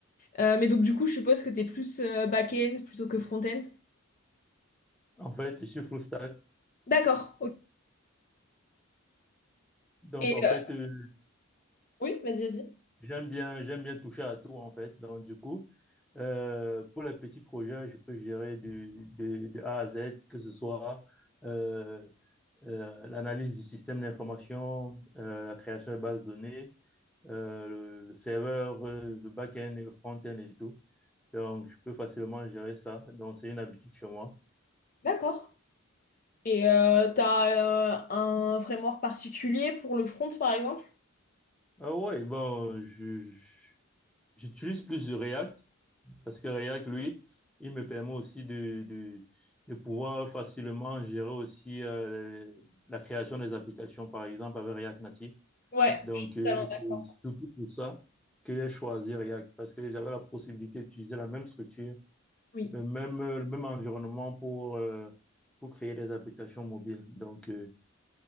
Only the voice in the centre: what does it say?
En fait, je suis full stack.
Donc,
en fait,
euh,
j'aime bien, j'aime bien toucher à tout, en fait. Donc, du coup, euh, pour les petits projets, je peux gérer du- de, de A à Z, que ce soit euh, euh, l'analyse du système d'information, euh, la création de bases de données, euh, le, le serveur, euh, le back-end et le front-end et tout. Donc, je peux facilement gérer ça. Donc, c'est une habitude chez moi.
Ah ouais, bon, je- je- j'utilise plus de React parce que React, lui, il me permet aussi de, de, de pouvoir facilement gérer aussi euh, la création des applications, par exemple, avec React Native.
Donc,
euh,
c'est
surtout pour ça que j'ai choisi React parce que j'avais la possibilité d'utiliser la même structure
le même, le même environnement pour, euh, pour créer des applications mobiles. Donc, euh,